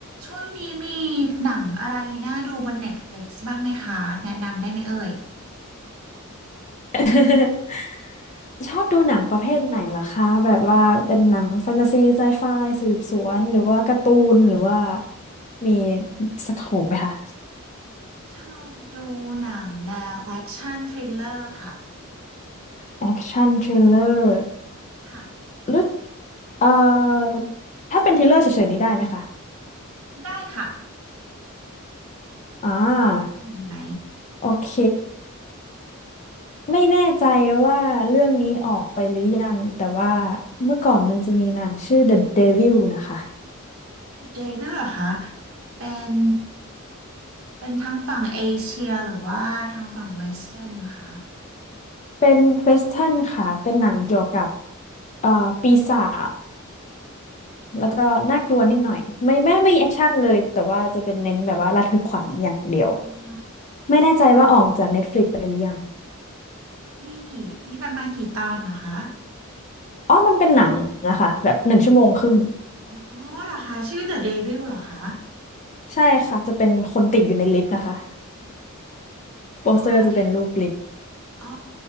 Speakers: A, on the right; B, on the left.
A: ช่วงนี้มีหนังอะไรน่าดูบน Netflix บ้างไหมคะแนะนำได้ไหมเอ่ย
B: <laughs> ชอบดูหนังประเภทไหนล่ะคะแบบว่าเป็นหนังแฟนตาซีไซไฟสืบสวนหรือว่าการ์ตูนหรือว่ามีสโคปไหมคะ
A: ชอบดูหนังแนวแอคชั่นทริลเลอร์ค่ะ
B: แอคชั่นทริลเลอร์
A: ค่ะ
B: หรือเอ่อถ้าเป็นทริลเลอร์เฉยๆนี้ได้ไหมคะ
A: ได้ค่ะ
B: อ่า
A: อันไหนไหม
B: โอเคไม่แน่ใจว่าเรื่องนี้ออกไปหรือยังแต่ว่าเมื่อก่อนมันจะมีหนังชื่อ The Devil นะคะ
A: The Devil เหรอคะเป็นเป็นทั้งฝั่งเอเชียหรือว่าทางฝั่งเวสเทิร์นนะคะ
B: เป็น w e สเท r n นค่ะเป็นหนังเกี่ยวกับเอ่อปีศาจ ก็น่ากลัวนิดหน่อยไม่แม่ไม่มีแอคชั่นเลยแต่ว่าจะเป็นเน้นแบบว่าระทึกขวัญอย่างเดียว
A: อ๋อ
B: ไม่แน่ใจว่าออกจาก Netflix ไปหรือยัง
A: มีกี่มีประมาณกี่ตอนเหรอคะ
B: อ๋อมันเป็นหนังนะคะแบบหนึ่งชั่วโมงครึ่ง
A: อ๋อเหรอคะชื่อ The Devil เหรอคะ
B: ใช่ค่ะจะเป็นคนติดอยู่ในลิฟต์นะคะโปสเตอร์จะเป็นรูปลิฟต์
A: อ๋อที่อ๋อ